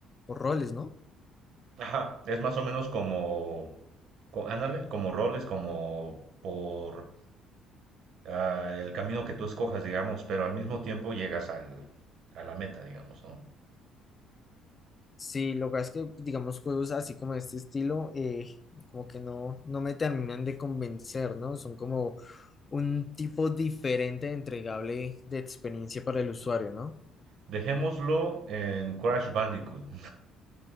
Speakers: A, on the left (about 25°); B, on the right (about 60°).
A: por roles, ¿no?
B: Ajá, es más o menos como, co- ándale, como roles, como por ah, el camino que tú escojas, digamos, pero al mismo tiempo llegas al, a la meta, digamos, ¿no?
A: Sí, lo que pasa es que, digamos, juegos así como de este estilo, eh, como que no, no me terminan de convencer, ¿no? Son como un tipo diferente de entregable de experiencia para el usuario, ¿no?
B: Dejémoslo en Crash Bandicoot. <laughs>